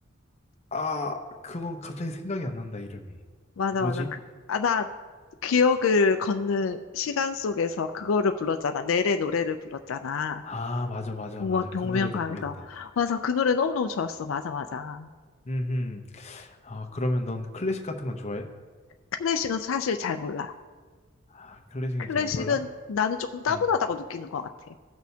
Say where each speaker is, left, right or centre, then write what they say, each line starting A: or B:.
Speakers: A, on the left (about 35°); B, on the left (about 70°).
A: 아 그건 갑자기 생각이 안 난다 이름이.
B: 맞아,
A: 뭐지?
B: 맞아. 그, 아, 나 기억을 걷는 시간 속에서 그거를 불렀잖아. 넬의 노래를 불렀잖아.
A: 아 맞아 맞아
B: 복면,
A: 맞아.
B: 복면가왕에서.
A: 그 노래도 불렀다.
B: 맞아, 그 노래 너무너무 좋았어. 맞아, 맞아.
A: 음흠. 아 그러면 넌 클래식 같은 건 좋아해?
B: 클래식은 사실 잘 몰라.
A: 아 클래식은
B: 클래식은
A: 잘 몰라?
B: 나는 조금 따분하다고
A: 음.
B: 느끼는 것 같아.